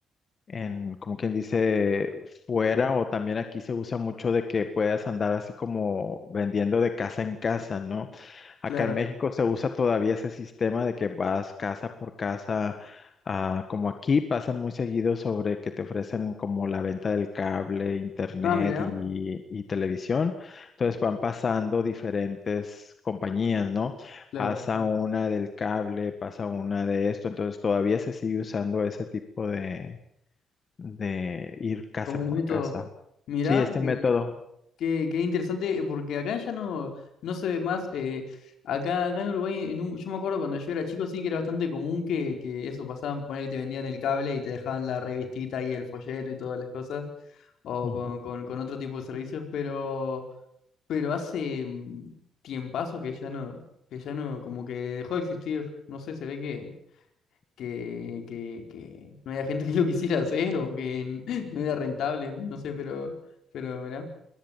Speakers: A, on the left; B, on the left.
A: en, como quien dice, fuera o también aquí se usa mucho de que puedas andar así como vendiendo de casa en casa, ¿no? Acá
B: claro.
A: en México se usa todavía ese sistema de que vas casa por casa, ah, como aquí pasan muy seguido sobre que te ofrecen como la venta del cable, internet
B: Ah, mirá,
A: y, y televisión. Entonces van pasando diferentes compañías, ¿no?
B: claro.
A: Pasa una del cable, pasa una de esto, entonces todavía se sigue usando ese tipo de de ir casa
B: Como
A: por
B: de método.
A: casa.
B: Mirá,
A: Sí, este
B: que,
A: método.
B: que- qué interesante, eh, porque acá ya no, no se ve más. eh, acá, acá en Uruguay, en un, yo me acuerdo cuando yo era chico, sí que era bastante común que, que eso pasaban, poner te vendían el cable y te dejaban la revistita y el folleto y todas las cosas, o
A: Ujú.
B: con, con, con otro tipo de servicios, pero. pero hace mm, tiempazo que ya no, que ya no, como que dejó de existir. No sé, se ve que, que, que, que no había gente que lo quisiera hacer o que n- <laughs> no era rentable, no sé, pero, pero mirá,